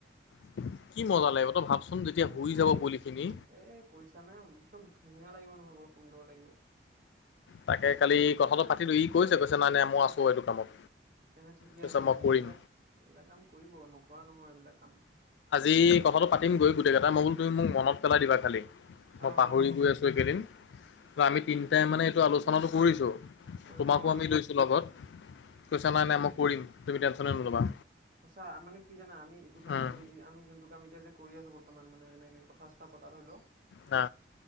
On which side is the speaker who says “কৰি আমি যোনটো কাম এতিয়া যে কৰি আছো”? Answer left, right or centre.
Right